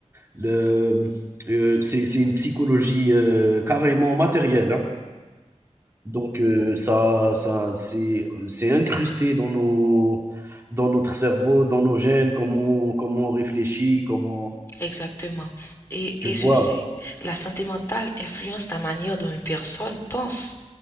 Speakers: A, on the right (about 20°); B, on the left (about 20°).
A: le, euh, c'est, c'est une psychologie euh, carrément matérielle. hein. Donc euh, ça, ça, c'est, c'est incrusté dans nos, dans notre cerveau, dans nos gènes, comment, comment on réfléchit, comment,
B: Exactement. Et,
A: tu
B: et
A: vois.
B: ceci, la santé mentale influence la manière dont une personne pense,